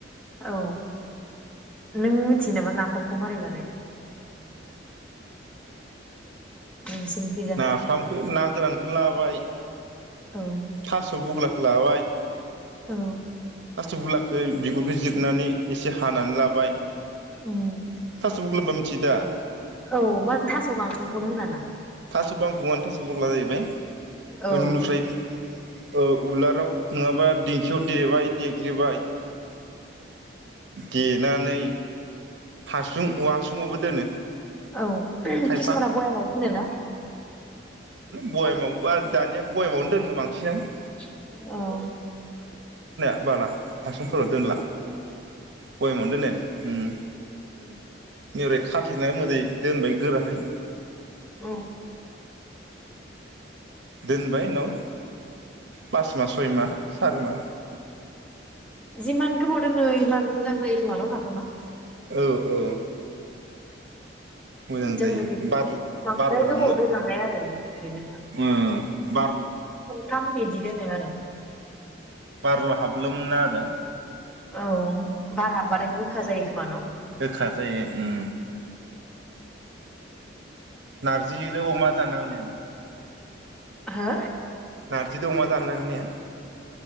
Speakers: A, in the centre; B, on the right.
A: औ नों मिथियो नामा नाफामखौ मारै बानायो? नोंसिनिखैजाहा
B: नाफामखौ ना गोरानखौ ला बाय
A: औ
B: थास' बुगला खोलाबाय
A: औ
B: थास बुलाखो बिगुरखो जिरनानै एसे हानानै लाबाय
A: उम
B: थास' बुग्लाबा मिथियो दा
A: औ मा थास' गांखंखौनो होना ना?
B: थासखौ गाखङानो थास बुग्ला जाहैबाय
A: औ
B: उननुफ्रायद ओ उलाराव नङाबा दिंखियाव देबाय देग्लिबाय देनानै हासुं औवा हासुुं आवबो दोनो।
A: औ
B: खायफा
A: किसुमाना बयाम आव दोनोना?
B: बयेमावबा दानिया बयेमावनो दोननो बांसिनानो
A: औ
B: बाला हासुं <unintelligible> दोनला बयमावनो दोननोन ओम
A: ओम
B: <unintelligible> खाथेनानै मोदै दोनबाय गोराहाय
A: औ
B: दोनबाय उनाव पास मा सय मा सारि मा
A: जिमान गोबाव दोनो इमान मोजां जायो खोमा न नाफामा
B: औ औ मोजां जायो
A: जोंङो खिनथु
B: बार
A: बांद्राय
B: बारल' हाबनो
A: गोबाव दोनालाय आरो <unintelligible>
B: उम बार
A: थाम बिदि दोनोआरो
B: बारल हाबनो मोना आरो
A: औ बार हाबबाथाय गोखा जायो खोमा न
B: गोखा जायो ओम नारजिजों अमा जान हागोनना हाया नो
A: हा
B: नारजिदों अमा जानो हागोनना हाया